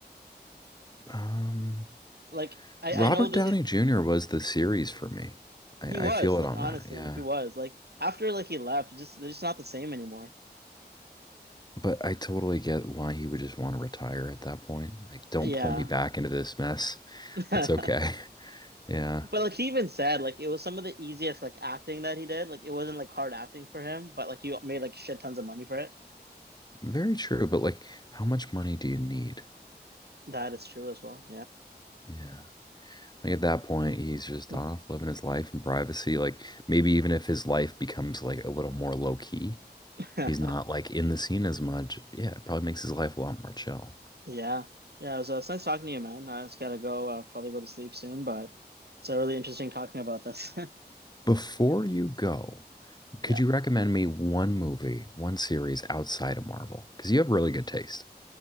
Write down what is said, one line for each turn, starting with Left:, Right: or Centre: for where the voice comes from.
Left: Um,
Right: like I
Left: Robert
Right: I know that
Left: Downey
Right: it,
Left: Jr. was the series for me. I,
Right: he was
Left: I feel it
Right: like,
Left: on
Right: honestly,
Left: that, yeah.
Right: he was like after like he left, it just they're just not the same anymore.
Left: But I totally get why he would just want to retire at that point. Like, don't
Right: Yeah.
Left: pull me back into this mess.
Right: <laughs>
Left: It's okay. <laughs> Yeah.
Right: But like he even said, like it was some of the easiest like acting that he did. Like it wasn't like hard acting for him, but like he made like shit tons of money for it.
Left: Very true. But like, how much money do you need?
Right: That is true as well.
Left: Yeah. Like at that point, he's just
Right: Yeah.
Left: off living his life in privacy. Like maybe even if his life becomes like a little more low key,
Right: <laughs>
Left: he's not like in the scene as much. Yeah, it probably makes his life a lot more chill.
Right: Yeah. Yeah, it was, uh, it's nice talking to you, man. I just gotta go, uh, probably go to sleep soon, but it's uh, really interesting talking about this. <laughs>
Left: Before you go,
Right: Yeah.
Left: Could you recommend me one movie, one series outside of Marvel? Because you have really good taste.